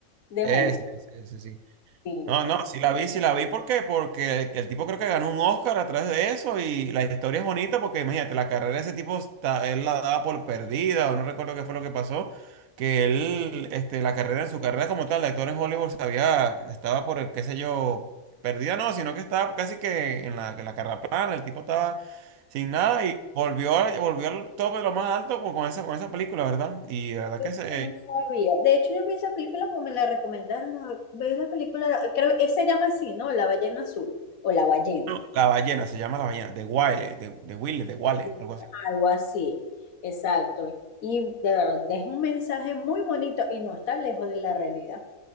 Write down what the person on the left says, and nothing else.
de
momia.
Sí.
Es
que No sabía. De hecho, yo vi esa película porque me la recomendaron. ah, Ve la película, creo que se llama así, ¿no? La ballena azul o la ballena,
ajá,
algo así. Exacto. Y de verdad, deja un mensaje muy bonito y no está lejos de la realidad.